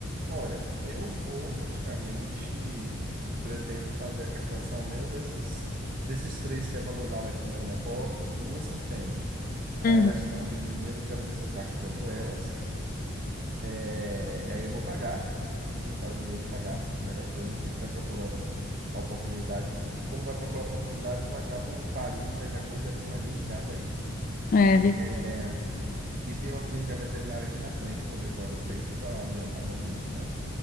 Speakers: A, on the right; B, on the left.
A: Olha, eu vou praticamente pretendo fazer a castração ao menos dessas desses três que abandonaram aqui na minha porta, duas são fêmeas. Aí
B: Uhum.
A: elas estão pequenininhas, eu quero ver se eu castro logo elas. É, aí eu vou pagar, juntar o dinheiro e pagar. A melhor coisa do que ficar procurando a oportunidade, que quando vai procurar oportunidades, eles acabam parindo, daqui a pouco já tem mais 20 gatos aí.
B: É, ver-
A: É, E tem uma clínica veterinária aqui na frente, eu vou ver qual é o preço para adiantar logo isso, né?